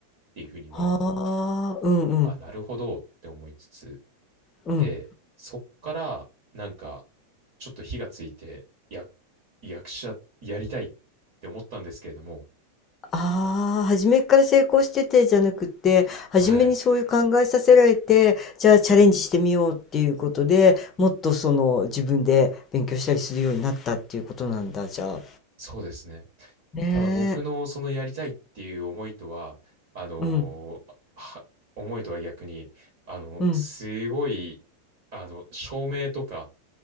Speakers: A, on the right; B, on the left.
A: ていうふうに言われて、
B: はあ、うん、うん、
A: あ、なるほどって思いつつ、
B: うん。
A: で、そっから、なんか、ちょっと火がついて、や、役者やりたいって思ったんですけれども、
B: ああ、初めから成功しててじゃなくて、初めにそういう考えさせられて、
A: はい。
B: じゃあチャレンジしてみようっていうことで、もっとその自分で勉強したりするようになったっていうことなんだ、じゃあ。
A: そうですね。
B: ねえ。
A: ただ僕のそのやりたいっていう思いとは、あのーは思いとは逆に、
B: うん。
A: あの、
B: うん。
A: すごい、あの、照明とか、